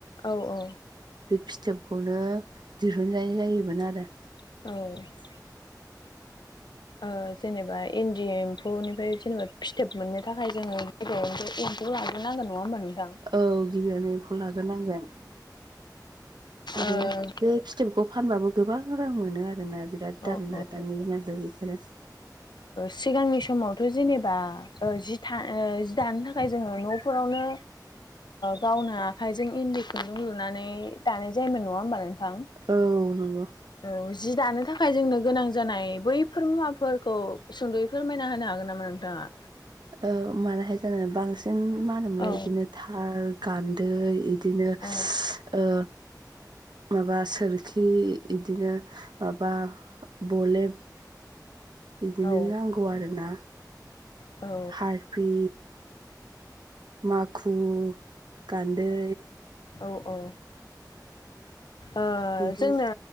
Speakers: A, on the left; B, on the right.
A: औ अ।
B: बे फिथोबखौनो दिहुननाय जायोमोन आरो।
A: औ ओ जेनेबा इन्दि एम्फौनिफ्राय जोङो फिथोब मोनो थाखाय जोङो गिबियावनो एम्फौ लाग्रोनांगोन नङा होमबा नोंथां।
B: औ गिबियावनो एम्फौ लाग्रोनांगोन। आरो
A: ओ
B: बे फिथोबखौ फानबाबो गोबां रां मोनो आरोना बिराद
A: औ
B: दाम
A: औ
B: ना दानि दिनावथ बेफोरो।
A: सिगांनि समावथ' जेनेबा ओ जि था ओ जि दानो थाखाय जोङो न'फोरावनो गावनो आखाइजों इन्दि खुन्दुं लुनानै दानाय जायोमोन नङा होमबा नों थां
B: औ नंगौ
A: औ जि दानो थाखाय जोंनो गोनां जानाय बैफोर मुवाफोर खौ सुंद'यै फोरमायना होनो हागोन नामा नोंथाङा?
B: औ मानो हाया जानो। बांसिन मा होनोमोनलाय
A: औ
B: बिदिनो खाल गान्दै बिदिनो
A: औ
B: ओ माबा सोरखि बिदिनो माबा बुलेब बिदिनो
A: औ
B: नांगौ आरोना
A: औ
B: हारफि माखु गान्दै
A: औ औ औ
B: बिदि
A: जोंनो